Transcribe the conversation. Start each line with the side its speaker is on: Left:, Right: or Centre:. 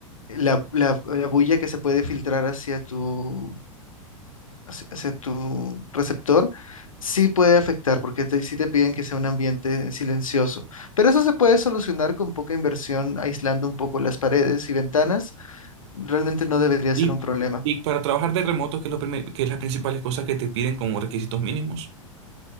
Left: la, la- la bulla que se puede filtrar hacia tu, hacia, hacia tu receptor, sí puede afectar, porque te, sí te piden que sea un ambiente silencioso. Pero eso se puede solucionar con poca inversión, aislando un poco las paredes y ventanas. Realmente no debería
Right: Y,
Left: ser un problema.
Right: y para trabajar de remoto, que es lo primer- que es las principales cosas que te piden como requisitos mínimos?